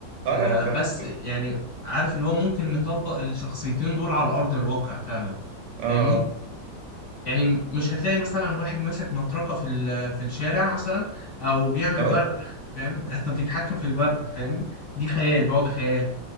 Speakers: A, on the right; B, on the left.
A: اه
B: آه،
A: لا لا فاهمك
B: بس
A: اه
B: يعني عارف اللي هو ممكن نطبق الشخصيتين دول على ارض الواقع فعلا
A: اه
B: فاهمني
A: آه.
B: يعني م- مش هتلاقي مثلا واحد ماسك مطرقة في ال- في الشارع مثلا او بيعمل
A: اه
B: برق فاهم <laughs> أو بيتحكم في البرق فاهمني دي خيال بعد خيال